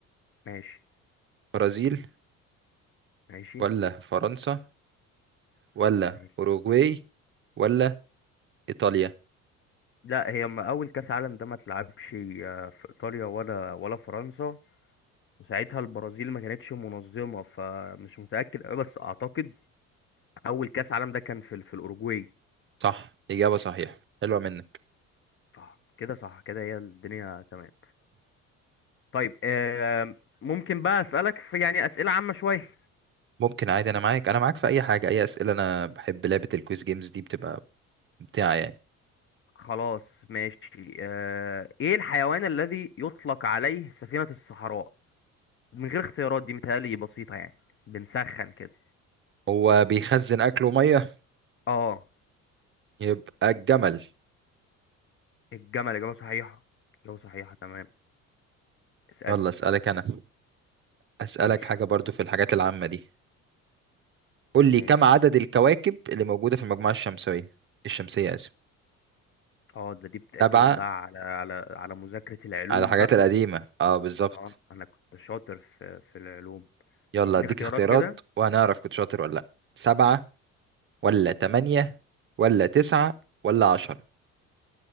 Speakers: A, on the left; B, on the right.
A: ماشي
B: برازيل
A: ماشي
B: ولا فرنسا ولا
A: ماشي
B: أوروجواي ولا إيطاليا
A: لا هي ما اول كاس عالم ده ما اتلعبش آه، في ايطاليا ولا ولا فرنسا وساعتها البرازيل ما كانتش منظمة فمش متأكد أوي بس أعتقد أول كأس عالم ده كان في ال- في الأوروجواي
B: صح إجابة صحيحة حلوة منك
A: صح كده صح كده هي الدنيا تمام طيب آم، ممكن بقى أسألك في يعني أسئلة عامة شوية
B: ممكن عادي انا معاك انا معاك في اي حاجه اي اسئله انا بحب لعبه الكويز جيمز دي بتبقى ممتعه يعني
A: خلاص ماشي آه، إيه الحيوان الذي يطلق عليه سفينة الصحراء من غير اختيارات دي متهيألي بسيطة يعني بنسخن كده
B: هو بيخزن اكل وميه
A: اه
B: يبقى الجمل
A: الجمل إجابة صحيحة إجابة صحيحة تمام اسألني
B: يلا اسالك انا اسالك
A: ماشي
B: حاجه برضو في الحاجات العامه دي قول لي
A: ماشي
B: كم عدد الكواكب اللي موجوده في المجموعه الشمسيه الشمسيه اسف
A: اه ده دي بتعتمد
B: سبعه
A: بقى على على على مذاكرة العلوم
B: على الحاجات
A: بقى
B: القديمه اه بالظبط
A: اه انا كنت شاطر في في العلوم
B: يلا
A: اديني
B: اديك
A: اختيارات
B: اختيارات
A: كده
B: وهنعرف كنت شاطر ولا لا سبعه ولا تمانية ولا تسعة ولا عشرة